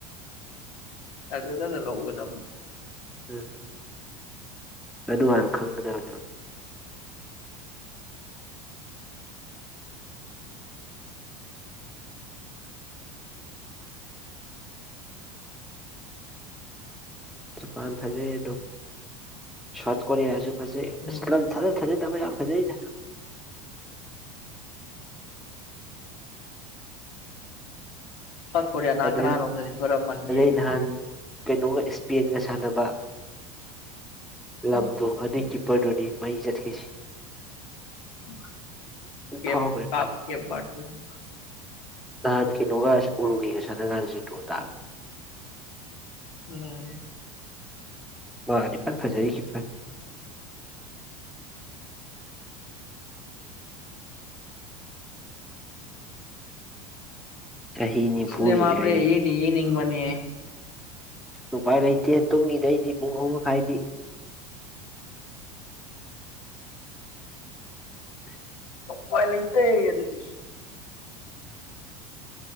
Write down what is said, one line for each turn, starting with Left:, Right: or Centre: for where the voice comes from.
Left: ꯑꯗꯨꯗꯗ ꯂꯧꯒꯗꯝꯅꯤ
Centre: ꯎꯝ ꯑꯗꯨ <unintelligible> ꯈꯪꯗꯅꯦ ꯖꯄꯥꯥꯟ ꯐꯖꯩ ꯑꯗꯨꯝ ꯁꯥꯎꯠ ꯀꯣꯔꯤꯌꯥꯁꯨ ꯍꯧꯖꯤꯛ
Left: ꯎꯝ
Centre: ꯏꯁ <unintelligible> ꯇꯕ ꯌꯥꯝ ꯐꯖꯩꯗ ꯗꯨꯝ
Left: ꯁꯠꯄꯌꯥ ꯅꯅꯥ
Centre: ꯑꯗꯩ
Left: ꯀ ꯅꯅ ꯅꯣꯟ ꯊꯔ ꯃꯥꯟꯅꯤ
Centre: ꯑꯗꯩ ꯅꯍꯥꯟ ꯀꯩꯅꯣꯒ ꯏꯁꯄꯦꯟꯒ ꯁꯥꯟꯅꯕ ꯂꯝꯗꯨ ꯑꯗꯨꯏ ꯀꯤꯞꯄꯔꯗꯨꯅꯤ ꯃꯩ ꯆꯠꯂꯤꯁꯦ
Left: <unintelligible>
Centre: ꯐꯥꯎꯈ꯭ꯔꯦ ꯃꯥꯗꯤ ꯅꯍꯥꯟ ꯀꯩꯅꯣꯒ ꯎꯔꯨꯒꯦꯒ ꯁꯅꯒꯥꯟꯗ ꯁꯤ ꯗ꯭ꯔꯣ ꯇꯥꯒ꯭ꯔꯦ
Left: ꯎꯝ
Centre: ꯋꯥꯗꯤꯄꯥꯜ ꯐꯖꯔꯤ ꯀꯄ ꯆꯍꯤ ꯅꯤꯐꯨ
Left: ꯅꯦꯃꯥ
Centre: ꯁꯨꯔꯦ
Left: ꯄꯂꯦ
Centre: ꯍꯥꯏꯗꯨꯅꯤ
Left: ꯌꯦꯅꯤ ꯌꯦꯅꯤꯕꯅꯦ
Centre: ꯎꯄꯥꯏ ꯂꯩꯇꯦ ꯇꯨꯡꯒꯤꯗꯩꯗꯤ ꯄꯨꯡ ꯑꯍꯨꯝ ꯃꯈꯥꯏꯗꯤ <inaudible>
Left: ꯎꯄꯥꯏ ꯂꯩꯇ ꯑꯗꯨꯗꯤ